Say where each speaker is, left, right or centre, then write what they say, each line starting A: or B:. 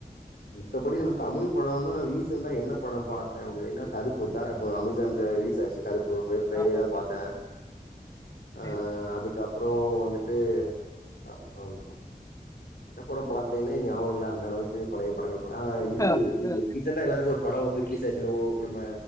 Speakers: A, on the left; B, on the left.
A: மித்தபடி நம்ம தமிழ்
B: சரி, சரி.
A: படனா ரீசன்டா என்ன பட பாத் அப்படின்னா கருப்பு தா. இப்போ அமேசான்ல ரிலீஸ் ஆச்சு கருப் போ போயு ஃப்ரைடே
B: ஆமா
A: தா பாத்த அ
B: சேரி
A: அதுக்கப் அப்றோ வந்துட்டு அ அவ் என்ன பட பாத்தேனே ஞாபக இல்ல அந்தளவுக்கு பழைய படங்கள் ஆ இது
B: அதா
A: ரீசன்டா எல்லாருக்கு ஒரு படம் வந்து ரிலீஸ் ஆச்சு. சிலவோ உடும